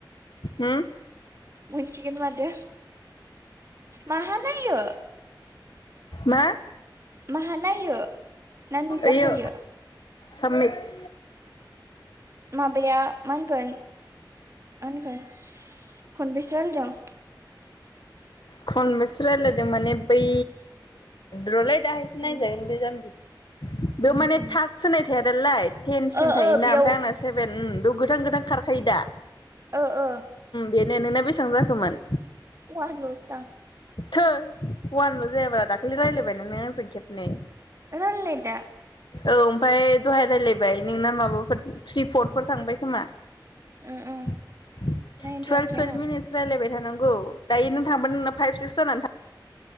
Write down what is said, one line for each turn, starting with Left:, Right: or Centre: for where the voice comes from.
Left: हो
Right: मोनसिगोन माथो माहा नायो
Left: मा
Right: माहा नायो ना नुजाखायो
Left: ओइयो साबमिट
Right: माबाया मा होनगोन मा होनगोन खनबेसे रायलायदों
Left: खनबेसे रायज्लायदों माने बै र'लै दाहायसो
Right: औ
Left: नायजागोन बे जाम्बि बेयाव
Right: उम
Left: माने
Right: उम
Left: टाक्स होनाय थाया दालाय टेनसिम
Right: ओ
Left: थायोना
Right: ओ बेयाव
Left: ओमफ्राय आंना सेभेन बेयाव गोथां गोथां खारखायो दा
Right: ओ ओ
Left: बेनो नोंना बेसबां जाखोमोन
Right: ववानलसो दां
Left: थो वानल' जायाब्रा दाखालि रायलायबाय ना नों आं जों खेबनै
Right: रायलायनाय दा
Left: औ ओमफाय दहाय राय्लायबाय नोंना माबाफोर थ्रि फरफोर थांबाय खोमा
Right: ओ ओ
Left: टुवेल्भ
Right: नायनो रोङाखै
Left: टुवेल्भ
Right: आङो
Left: मिनिटस रायलायबाय थानांगौ दायो नों थांबा नोंना फाइभ सिक्स जानानै था